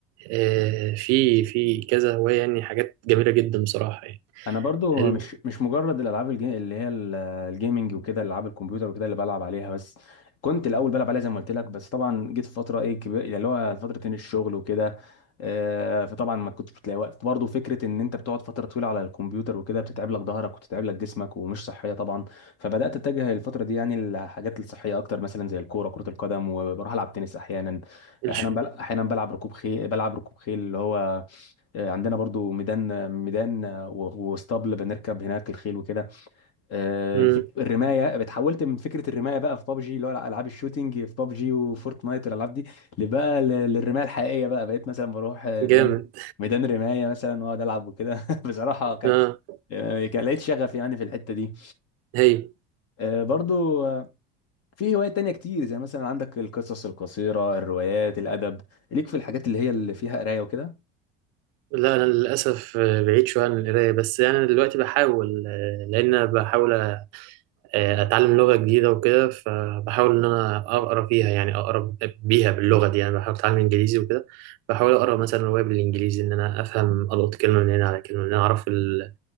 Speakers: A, on the right (about 70°); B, on the left (about 50°).
A: آه، في في كذا هواية يعني حاجات جميلة جدا بصراحة يعني
B: انا برضو
A: إن-
B: مش مش مجرد الالعاب الجي... اللي هي ال- الجيمنج وكده العاب الكمبيوتر وكده اللي بلعب عليها بس كنت الاول بلعب عليها زي ما قلت لك بس طبعا جيت في فتره ايه كبير اللي هو فتره إن الشغل وكده آه، فطبعا ما كنتش بتلاقي وقت برضو فكره ان انت بتقعد فتره طويله على الكمبيوتر وكده بتتعب لك ظهرك وتتعب لك جسمك ومش صحيه طبعا فبدات اتجه الفتره دي يعني الحاجات الصحيه اكتر مثلا زي الكوره كره القدم وبروح العب تنس احيانا
A: الش-
B: احيانا بل... احيانا بلعب ركوب خيل بلعب ركوب خيل اللي هو آه، عندنا برضو ميدان ميدان آه، و- واسطبل بنركب هناك الخيل وكده آه،
A: مم،
B: فك- الرمايه بتحولت من فكره الرمايه بقى في بابجي اللي هو العاب الشوتينج في بابجي وفورتنايت والالعاب دي لبقى ل- للرمايه الحقيقيه بقى بقيت مثلا بروح آه،
A: جامد
B: ميدان ميدان رمايه مثلا واقعد العب وكده <laughs> بصراحه
A: اه
B: كانت آه، كان لقيت شغف يعني في الحته دي
A: هي
B: آه، برضو آه، في هوايات تانية كتير زي مثلا عندك القصص القصيره الروايات الادب ليك في الحاجات اللي هي اللي فيها قرايه وكده
A: لا أنا للأسف آه، بعيد شوية عن القراية بس أنا يعني دلوقتي بحاول آه، لأن أنا بحاول آه، اتعلم لغة جديدة وكده فبحاول ان انا اقرا فيها يعني اقرا بيها باللغة دي يعني بحاول اتعلم انجليزي وكده بحاول اقرا مثلا رواية بالانجليزي ان انا افهم القط كلمة من هنا على كلمة من هنا اعرف ال-